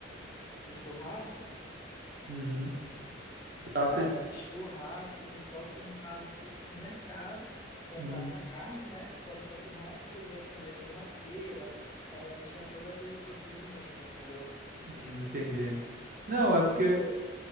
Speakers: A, on the left; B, on the right.
A: Um churrasco?
B: Uhum. Eu tava
A: Cara,
B: pensando...
A: churrasco, e só se no caso fosse no mercado, comprasse
B: Uhum.
A: a carne, né, própria para churrasco e acender a churrasqueira, é, tinha todo aquele procedimento, entendeu?
B: uhum, Entendi. Não, é porque